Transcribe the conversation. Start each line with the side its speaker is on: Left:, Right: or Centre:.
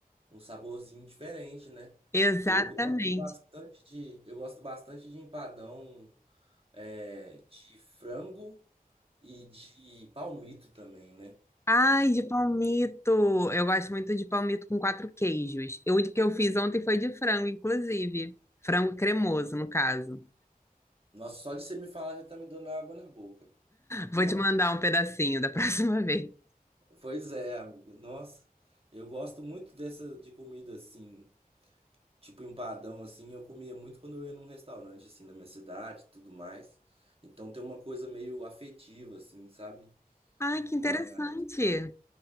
Right: um saborzinho diferente, né?
Left: Exatamente.
Right: Eu gosto bastante de, eu gosto bastante de empadão é, de frango e de palmito também, né?
Left: Ai, de palmito! Eu gosto muito de palmito com quatro queijos. Eu, o que eu fiz ontem foi de frango, inclusive. Frango cremoso, no caso.
Right: Nossa, só de você me falar já tá me dando água na boca. No-
Left: Vou te mandar um pedacinho da próxima <laughs> vez.
Right: Pois é, amigo. Nossa, eu gosto muito dessa de comida assim, tipo empadão assim. Eu comia muito quando eu ia num restaurante assim na minha cidade, e tudo mais. Então tem uma coisa meio afetiva assim, sabe?
Left: Ai, que
Right: Mas
Left: interessante!